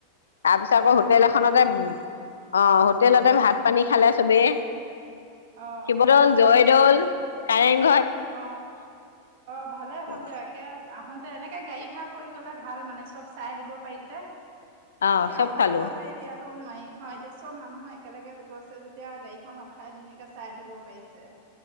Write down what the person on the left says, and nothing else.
তাৰপিছত আকৌ
হোটেল
এখনতে অ হোটেলতে
ভাত পানী খালে চবেই
শিৱদৌল জয়দৌল কাৰেং
আৰু
অ
চব
চালো